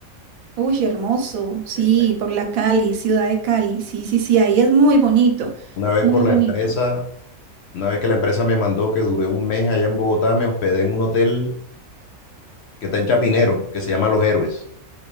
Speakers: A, on the right; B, on the left.
A: Uy, hermoso, sí,
B: Eh, pues,
A: por la Cali, ciudad de Cali, sí, sí, sí, ahí es muy bonito,
B: Una vez
A: muy
B: por
A: bonito.
B: la empresa, una vez que la empresa me mandó que duré un mes allá en Bogotá, me hospedé en un hotel que está en Chapinero, que se llama Los Héroes.